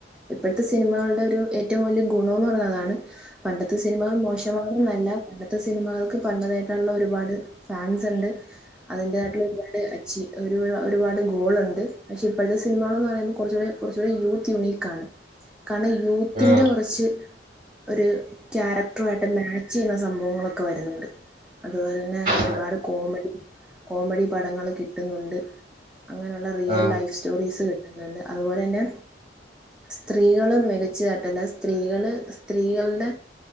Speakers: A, in the centre; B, on the right.
A: ഇപ്പയ്ത്തെ സിനിമകളുടെ ഒരു ഏറ്റവും വലിയ ഗുണോന്ന് പറയതാണ് പണ്ടത്തെ സിനിമകൾ മോശമാണെന്നല്ല പണ്ട ത്ത സിനിമകൾക്ക് പണ്ടതായിട്ടുള്ള ഒരുപാട് ഫാൻസ് ഉണ്ട് അതിൻ്റെതായിട്ടുള്ള ഒരുപാട് അച്ചീ ഒരു ഒരുപാട് ഗോളുണ്ട് പക്ഷേ ഇപ്പയ്ത്തെ സിനിമകളെന്ന് പറയുമ്പോ കൊർചൂടെ കുറച്ചൂടെ യൂത്ത് യൂണീക്ക് ആണ് കാരണം യൂത്തിന്റെ
B: ആഹ്
A: കുറച്ച് ഒരു ക്യാരക്ടറുയിട്ട് മാച്ചയ്യുന്ന സംഭവ ങ്ങളൊക്കെ വരുന്നുണ്ട് അതുപോലെ തന്നെ ഒരുപാട്
B: ആഹ്
A: കോമഡി കോമഡി പടങ്ങൾ കിട്ടുന്നുണ്ട് അങ്ങനെയുള്ള റിയൽ
B: ആഹ്
A: ലൈഫ് സ്റ്റോറീസ് കിട്ടുന്നുണ്ട് അതുപോലെന്നെ സ്ത്രീകളും മികച്ചതാട്ട എന്നാ സ്ത്രീകള് സ്ത്രീകളുടെ